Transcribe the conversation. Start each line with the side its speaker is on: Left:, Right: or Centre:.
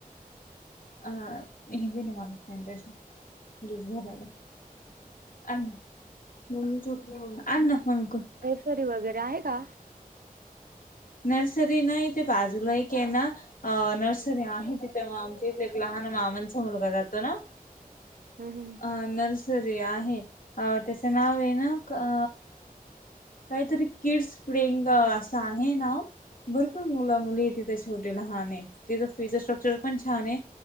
Left: <unintelligible> <unintelligible>
Right: घरी वगैरे आहे का.
Left: नर्सरी ना इथे बाजूला एक आहे ना अ नर्सरी आहे तिथे म आमच्या इथ एक लहान मामांचा मुलगा जातो ना
Right: हम्म
Left: अ नर्सरी आहे अ त्याचं नाव आहे ना अ काहीतरी किडस ट्रेंड अस काही तरी आहे. ना भरपूर मुल मुली तिथ शेवटी लहान तिथ फीचर स्ट्रक्चर पण छा छान आहे